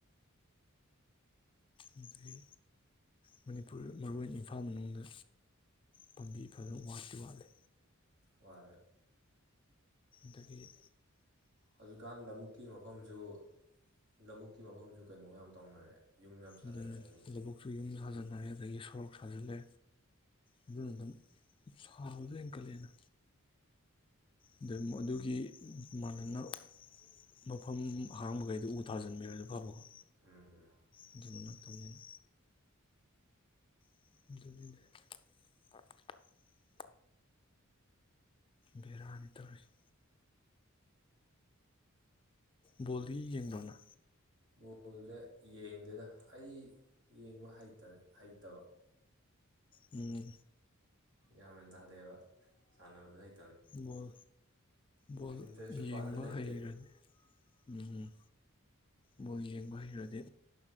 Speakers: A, on the left; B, on the right.
A: ꯑꯗꯒꯤ ꯃꯅꯤꯄꯨꯔ ꯃꯔꯨ ꯑꯣꯏꯅ ꯏꯝꯐꯥꯜ ꯃꯅꯨꯡꯗ ꯄꯥꯝꯕꯤ ꯐꯖꯅ ꯋꯥꯠꯇꯤ ꯋꯥꯠꯂꯤ
B: ꯋꯥ
A: ꯇꯗꯒꯤ
B: ꯍꯧꯖꯤꯛꯀꯥꯟ ꯂꯧꯕꯨꯛꯀꯤ ꯃꯐꯝꯁꯨ ꯂꯧꯕꯕꯨꯛꯀꯤ ꯃꯐꯝꯁꯨ ꯀꯩꯅꯣ ꯌꯥꯝ ꯇꯧꯅꯔꯦ ꯌꯨꯝ ꯌꯥꯝ ꯁꯥꯖꯜꯂꯦ
A: ꯑꯗꯨꯅ
B: ꯍꯧꯖꯤꯛꯇꯤ
A: ꯂꯧꯕꯨꯛꯁꯨ ꯌꯨꯝ ꯁꯥꯖꯤꯟ ꯁꯔꯦ ꯑꯗꯒꯤ ꯁꯣꯔꯣꯛ ꯁꯥꯖꯜꯂꯦ ꯑꯗꯨ ꯑꯗꯨꯝ ꯁꯥꯥꯎꯗꯀꯂꯅ ꯑꯗꯩ ꯑꯗꯨꯒꯤ ꯃꯥꯟꯅꯅ ꯃꯐꯝ ꯍꯥꯡꯕꯈꯩꯗ ꯎ ꯊꯥꯖꯤꯟꯕꯤꯔ ꯑꯗꯨ ꯐꯕꯀꯣ
B: ꯎꯝ ꯎꯝ
A: ꯑꯗꯨꯗꯨ ꯅꯠꯇꯕꯅꯤꯅ <unintelligible> ꯕꯦꯔꯥꯅꯤ ꯇꯧꯔꯤꯁꯤꯦ ꯕꯣꯜꯗꯤ ꯌꯦꯡꯕꯅ
B: ꯕꯣꯜꯁꯦ ꯌꯦꯡꯗꯦꯗ ꯑꯩ ꯌꯦꯡꯕ ꯍꯩꯇꯕ
A: ꯎꯝ
B: ꯌꯥꯝ ꯍꯦꯟ ꯇꯥꯗꯦꯕ ꯁꯥꯟꯅꯕꯁꯨ ꯍꯩ
A: ꯕꯣꯜ ꯕꯣꯜ
B: ꯏꯟꯇꯔꯦꯁꯁꯨ
A: ꯌꯦꯡꯕ
B: ꯄꯥꯛꯅ ꯂꯩꯇꯦ
A: ꯍꯩꯈ꯭ꯔꯗꯤ ꯎꯝ ꯎꯝ ꯕꯣꯜ ꯌꯦꯡꯕ ꯍꯩꯈ꯭ꯔꯗꯤ